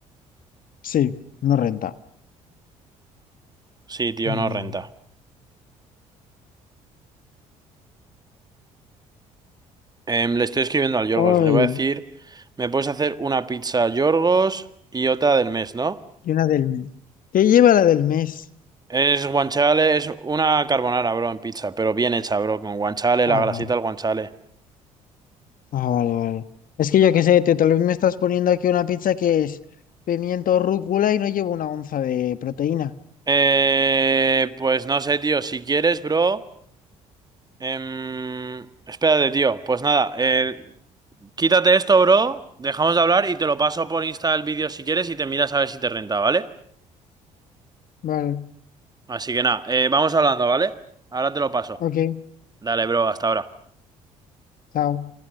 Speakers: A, on the left (about 55°); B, on the right (about 25°).
A: Sí, no renta.
B: Sí, tío,
A: Mm.
B: no renta. Em, le estoy escribiendo al Yorgos.
A: Ay,
B: Le voy a decir, me puedes hacer una pizza Yorgos y otra del mes, ¿no?
A: Y una del mes. ¿Qué lleva la del mes?
B: Es guanciale, es una carbonara, bro, en pizza, pero bien hecha, bro, con guanciale, la
A: Ah,
B: grasita
A: vale.
B: del guanciale.
A: Ah, vale, vale. Es que yo qué sé, tío, tal vez me estás poniendo aquí una pizza que es pimiento rúcula y no lleva una onza de proteína.
B: Eh, pues no sé, tío, si quieres, bro. em, espérate, tío. Pues nada, eh, quítate esto, bro. Dejamos de hablar y te lo paso por Insta el vídeo si quieres y te miras a ver si te renta, ¿vale?
A: Vale,
B: Así que nada, eh, vamos hablando, ¿vale? Ahora te lo paso.
A: ok,
B: Dale, bro, hasta ahora.
A: chao.